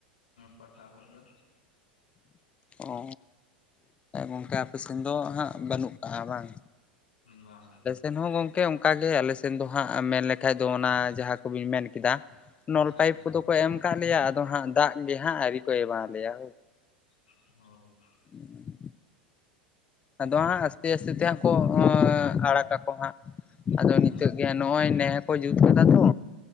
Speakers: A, on the left (about 85°); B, on the left (about 25°).
A: ᱯᱟᱦᱴᱟ ᱠᱷᱚᱫ ᱫᱚ
B: ᱚ ᱜᱚᱝᱠᱮ ᱟᱯᱮ ᱥᱮᱱ ᱫᱚ ᱦᱟᱸᱜ ᱵᱟᱹᱱᱩᱜ ᱠᱟᱜᱼᱟ ᱵᱟᱝ
A: ᱵᱟᱝ
B: ᱮᱱᱦᱚᱸ ᱜᱚᱢᱠᱮ ᱚᱱᱠᱟᱜᱮ ᱟᱞᱮᱥᱮᱱ ᱫᱚ ᱦᱟᱸᱜ ᱢᱮᱱᱞᱮᱠᱷᱟᱡ ᱫᱚ ᱚᱱᱟ ᱡᱟᱦᱟᱸ ᱠᱚᱵᱤᱱ ᱢᱮᱱ ᱠᱮᱫᱟ ᱱᱚᱞ
A: ᱦᱮᱸ
B: ᱯᱟᱭᱤᱯ ᱠᱚᱫᱚ ᱠᱚ ᱮᱢ ᱠᱟᱜ ᱞᱮᱭᱟ ᱟᱫᱚ ᱦᱟᱸᱜ ᱫᱟᱜ ᱜᱮ ᱦᱟᱸᱜ ᱟᱹᱣᱨᱤ ᱠᱚ ᱮᱢᱟᱣᱟ ᱞᱮᱭᱟ
A: <unintelligible>
B: <inaudible> ᱟᱫᱚ ᱦᱟᱸᱜ ᱟᱥᱛᱮ ᱟᱥᱛᱮ ᱛᱮ ᱦᱟᱸᱜ ᱠᱚ ᱟᱲᱟᱜᱟᱠᱚ ᱦᱟᱸᱜ ᱟᱫᱚ
A: ᱦᱮᱸ
B: ᱱᱤᱛᱚᱜ ᱱᱚᱜ ᱚᱭ ᱱᱮ ᱠᱚ ᱡᱩᱛ ᱠᱮᱫᱟ ᱛᱚ